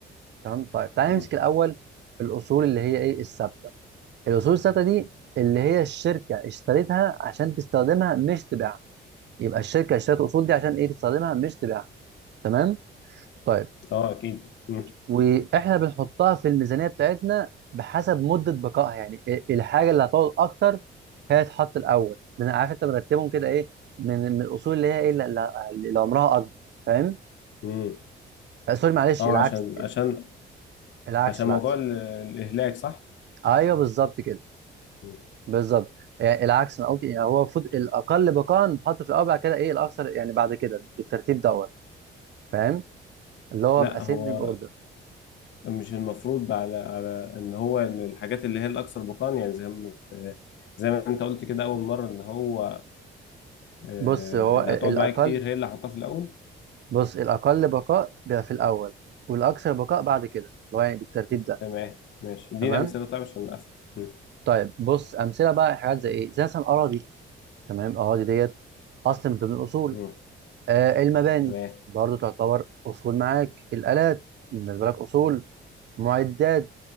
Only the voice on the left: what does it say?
مم.
آه أكيد مم.
مم.
آه
عشان عشان
عشان
موضوع ال- الإهلاك صح؟
مم.
لا
هو
مش المفروض على على ان هو الحاجات اللي هي الاكثر بقاء يعني زي ما زي ما انت قلت كده اول مره اللي هو آه،
اللي
هتقعد
معايا كتير هي اللي هحطها في الاول
تمام ماشي اديني
امثله طيب عشان افهم مم.
مم.
تمام